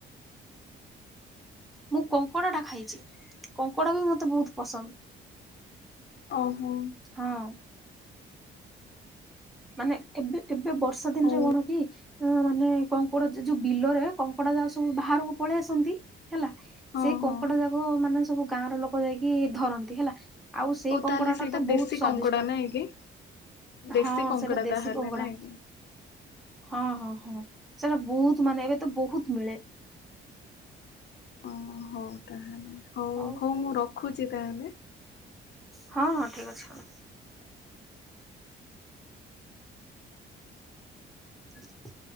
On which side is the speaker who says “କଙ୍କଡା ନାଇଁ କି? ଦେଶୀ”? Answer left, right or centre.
Left